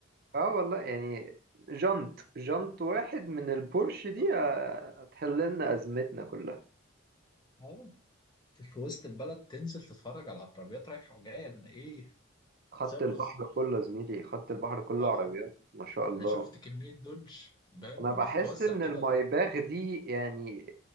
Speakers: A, on the right; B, on the left.
A: اه والله يعني جنط جنط واحد من البورش دي
B: اه
A: آه، هتحل لنا ازمتنا كلها
B: اه في وسط البلد تنزل تتفرج على العربيات رايحة وجاية إن ايه
A: خط
B: زي الرز
A: البحر كله يا زميلي خط البحر كله
B: اه
A: عربيات ما شاء الله
B: انا شفت كميه دوج فاهم
A: انا
B: بتتوزع
A: بحس ان
B: كده
A: المايباخ دي يعني